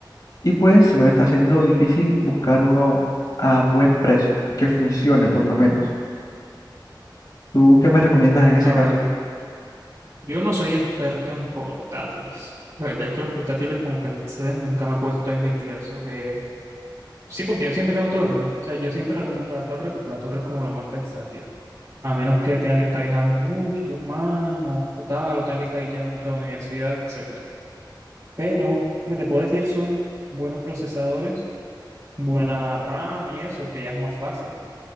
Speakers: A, on the left; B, on the right.
A: Y pues se me está haciendo difícil buscar uno a buen precio y que funcione por lo menos. ¿Tú qué me recomiendas en ese
B: A
A: caso?
B: ver, m- yo no soy experto en portátiles. La verdad es que los portátiles como que me exceden. Nunca me he puesto a investigar sobre... Sí, porque yo siempre tengo torre. O sea, yo siempre recomiendo la torre porque la torre es como lo más versátil. A menos que tenga que estar viajando mucho tu hermano o tal, o tenga que estar yendo mucho a la universidad, etcétera. Pero lo que te puedo decir son buenos procesadores buena RAM y eso, que ya es más fácil, ¿no?